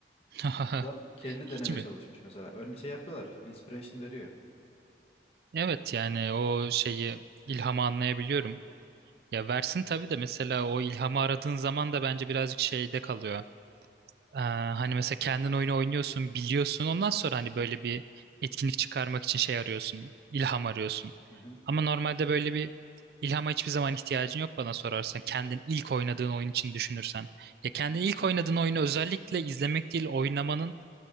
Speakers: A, on the right; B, on the left.
A: <laughs>
B: Adam kendi
A: Hiç
B: denemeye
A: mi?
B: çalışmış mesela. Ön şey yapıyorlar, inspiration veriyor.
A: Evet yani o şeyi ilhamı anlayabiliyorum. Ya versin tabii de mesela o ilhamı aradığın zaman da bence birazcık şeyde kalıyor. Ee, hani mesela kendin oyunu oynuyorsun, biliyorsun. Ondan sonra hani böyle bir etkinlik çıkarmak için şey arıyorsun, ilham arıyorsun.
B: Hı hı.
A: Ama normalde böyle bir ilhama hiçbir zaman ihtiyacın yok bana sorarsan. Kendin ilk oynadığın oyun için düşünürsen. Ya kendin
B: Hmm.
A: ilk oynadığın oyunu özellikle izlemek değil, oynamanın